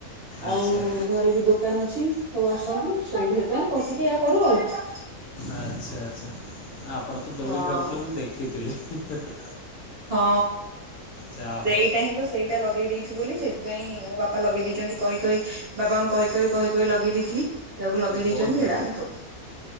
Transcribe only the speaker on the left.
ଆଚ୍ଛା
ଆଛା ଆଚ୍ଛା ଆ <inaudible> ଆପଣ ତ ଦୋଳି
ଖେଳିଲେ ମୁଁ ଦେଖିଥିଲି। କ୍ରିକଟ
ଯା
ହଉ
ବହୁତ ବଢିଆ